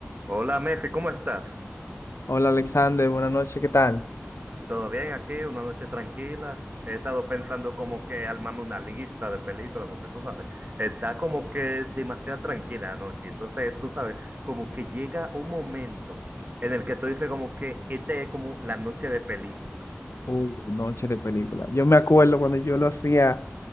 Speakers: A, on the right (about 40°); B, on the left (about 75°).
A: Hola Mefi, ¿cómo estás?
B: Hola Alexander, buenas noches, ¿qué tal?
A: ¿Todo bien aquí? Una noche tranquila. He estado pensando como que armarme una lista de películas, porque tú sabes, está como que demasiado tranquila la noche. Entonces, tú sabes, como que llega un momento en el que tú dices como que esta es como la noche de películas.
B: Uh, noche de película. Yo me acuerdo cuando yo lo hacía